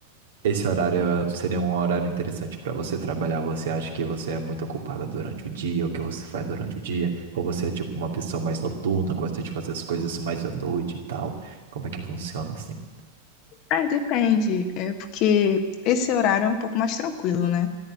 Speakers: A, on the right; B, on the left.
A: Esse horário é- seria um horário interessante para você trabalhar. Você acha que você é muito ocupada durante o dia, o que você faz durante o dia? Ou você é tipo uma pessoa mais noturna, gosta de fazer as coisas mais à noite e tal? Como é que funciona assim?
B: É, depende. É porque esse horário é um pouco mais tranquilo, né?